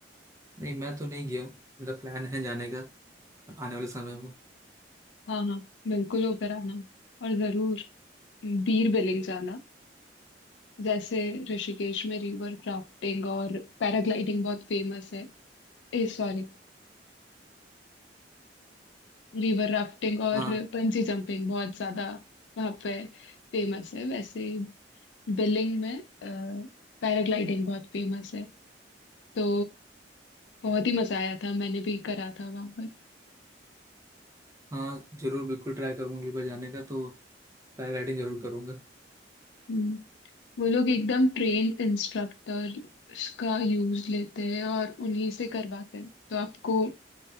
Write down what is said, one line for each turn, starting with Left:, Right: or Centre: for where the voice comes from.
Right: नहीं मैं तो नहीं गया हूँ मेरा प्लान है जाने का आने वाले समय में
Left: हाँ हाँ बिल्कुल होकर आना और जरूर बीर बिलिंग जाना जैसे ऋषिकेश में रिवर क्राफ्टिंग और पैराग्लाइडिंग बहुत फेमस है ए सॉरी रिवर राफ्टिंग और
Right: हाँ
Left: बंजी जंपिंग बहुत ज्यादा वहाँ पे फेमस है वैसे ही बिलिंग में पैराग्लाइडिंग बहुत फेमस है तो बहुत ही मजा आया था मैंने भी करा था वहाँ पर
Right: हाँ जरूर बिल्कुल ट्राई करूंगी पर जाने का तो पैराग्लाइडिंग जरूर करूंगा
Left: हम्म, वो लोग एकदम ट्रेन्ड इंस्ट्रक्टर का यूज लेते हैं और उन्हीं से करवाते हैं तो आपको